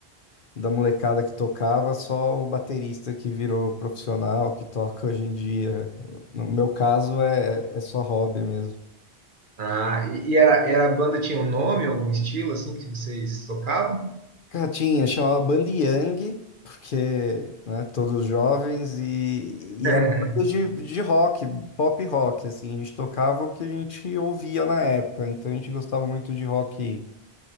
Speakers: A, on the left (about 60°); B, on the right (about 50°).
A: da molecada que tocava, só o baterista que virou profissional, que toca hoje em dia. No meu caso, é, é só hobby mesmo.
B: Ah, e, e era, era a banda tinha um nome, algum estilo assim que vocês tocavam?
A: Cara, tinha, chamava Banda Yang, porque, né, todos jovens, e, e
B: <laughs>
A: era banda de, de rock, pop rock, assim, a gente tocava o que a gente ouvia na época, então a gente gostava muito de rock,